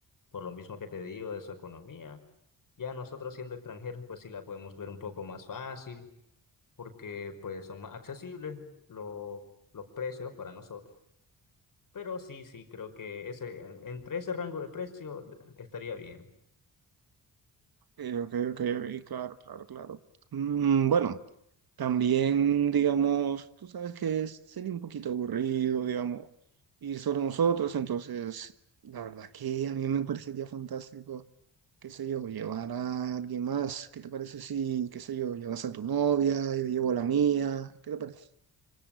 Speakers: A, on the left; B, on the right.
A: por lo mismo que te digo de su economía. Ya nosotros siendo extranjeros, pues sí la podemos ver un poco más fácil, porque pues son más accesibles los, los precios para nosotros. Pero sí, sí, creo que ese, entre ese rango de precio d- estaría bien.
B: Eh, ok, ok, y claro, claro, claro. Mm, bueno, también, digamos, tú sabes que es- sería un poquito aburrido, digamos, ir solo nosotros, entonces, la verdad que a mí me parecería fantástico qué sé yo, llevar a alguien más. ¿Qué te parece si, qué sé yo, llevas a tu novia, yo llevo a la mía? ¿Qué te parece?